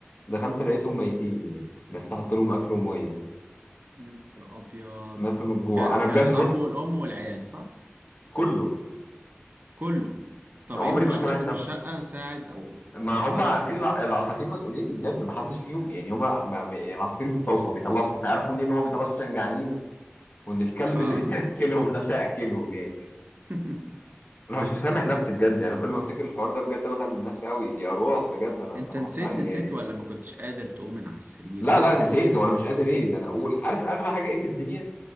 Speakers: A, on the left; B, on the right.
A: دخلت لقيتهم ميتين يعني ناس تحط لهم أكل ومية
B: يا نهار ابيض
A: ماتوا من الجوع
B: ك-
A: أنا
B: كان
A: بجد
B: الاب
A: بص
B: والام والعيال صح
A: كله
B: كله طب
A: عمري
B: ايه مفيش
A: ما
B: حد
A: سامح نفسي
B: في الشقة ساعد او
A: ما
B: فكرك
A: هم عارفين الع- العصافير مسؤوليتي بجد ما حدش فيهم يعني هم ما... ما- يعني العصافير بتصوصو بيطلعوا صوت عارفوا منين ان هو بيطلعوا صوت عشان جعانين وان الكلب
B: اه
A: اللي <laughs> بياكلهم الناس هياكلهم يعني
B: <laughs>
A: انا مش مسامح نفسي بجد يعني انا كل ما افتكر الحوار ده بجد بزعل من نفسي قوي دي اروح بجد انا
B: انت
A: كان
B: نسيت
A: غصب عني
B: نسيت
A: يعني
B: ولا ما كنتش قادر تقوم من على السرير
A: لا
B: وكنت
A: لا نسيت
B: في-
A: وانا مش قادر ايه ده انا اقول عارف اغلى حاجه ايه في الدنيا